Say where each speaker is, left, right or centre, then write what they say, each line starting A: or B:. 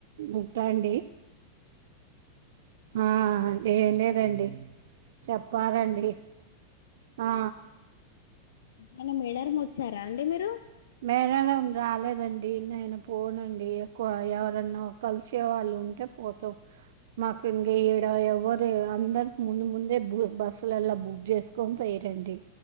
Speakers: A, on the right; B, on the left.
A: ఉంటా అండి ఆ ఏం లేదండి చెప్పాలండి ఆ
B: నేను మేడారం పోతున్న ఎ అండి మీరు
A: మేరడం రాలేదండి నేను పోనండి ఎక్కువ ఎవరన్నా కలిసే వాళ్ళు ఉంటే పోతాం మాకు ఇం ఏడా ఎవ్వరు అందరికి ముందు ముందే బస్సులలా బుక్ చేసుకొని పోయిరండి